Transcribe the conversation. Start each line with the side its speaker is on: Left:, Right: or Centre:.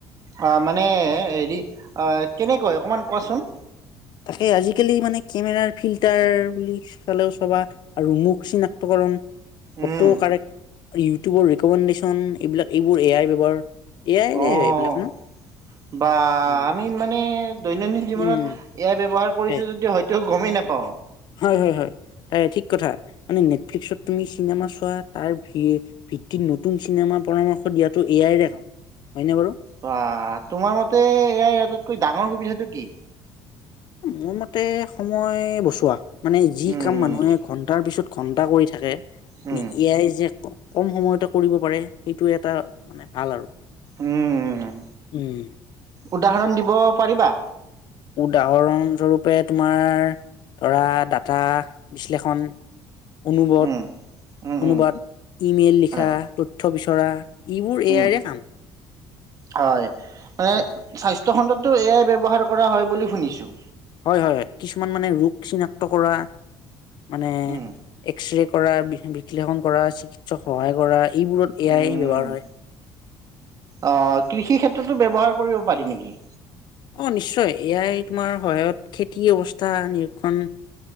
Right: অ', মানে হেৰি অ' কেনেকৈ অকণমান কোৱাচোন?
Left: তাকে। আজিকালি মানে কেমেৰাৰ ফিল্টাৰ বুলি চালেও চাবা আৰু মুখ চিনাক্তকৰণ
Right: উম।
Left: অটো কাৰেক্ট, ইউটিউবৰ ৰেকমেণ্ডেশ্যন এইবিলাক এইবোৰ এ আই ব্যৱহাৰ এয়াইৰে
Right: অ',
Left: এইবিলাক ন
Right: বা
Left: উম
Right: আমি মানে দৈনন্দিন জীৱনত
Left: উম,
Right: এ আই ব্যৱহাৰ
Left: তাকে
Right: কৰিছো যদিও হয়তো গ'মেই নাপাওঁ।
Left: হয় হয় হয় তাৰে ঠিক কথা মানে নেটফ্লিক্সত তুমি চিনেমা চোৱা তাৰ ভি ভিত্তিত নতুন চিনেমাৰ পৰামৰ্শ দিয়াটো এ আইৰে নহয় নে বাৰু।
Right: ৱাহ তোমাৰ মতে এ আই আটাইতকৈ ডাঙৰ সুবিধাটো কি?
Left: মোৰ মতে সময় বচোৱা, মানে যি
Right: উম,
Left: কাম
Right: উম,
Left: মানুহে ঘন্টাৰ পিছত ঘণ্টা কৰি থাকে,
Right: উম,
Left: এ আই যে ক'ম সময়তে কৰিব পাৰে সেইটো এটা মানে ভাল আৰু,
Right: উম, উম।
Left: উম।
Right: উদাহৰণ দিব পাৰিবা।
Left: উদাহৰণ স্বৰূপে তোমাৰ ধৰা ডাটা বিশ্লেষণ অনুবত
Right: উম, উম,
Left: অনুবাদ
Right: উম,
Left: ই-মেইল লিখা
Right: হয়,
Left: তথ্য বিচৰা এইবোৰ এ
Right: উম
Left: আইৰে কাম।
Right: হয় মানে
Left: অ'।
Right: চাইজ তহঁততো এ আই ব্যৱহাৰ কৰা হয় বুলি শুনিছো।
Left: হয় হয় কিছুমান মানে মোক চিনাক্ত কৰা মানে
Right: উম,
Left: এক্সৰে কৰা বিশ্লেষণ কৰা চিকিৎসাত সহায় কৰা এইবোৰত এ
Right: উম।
Left: আই ব্যৱহাৰ হয়।
Right: অ কৃষি ক্ষেত্ৰতো ব্যৱহাৰ কৰিব পাৰি নেকি?
Left: অ নিশ্চয় এ আই তোমাৰ সহায়ত খেতি অৱস্থা নিৰীক্ষণ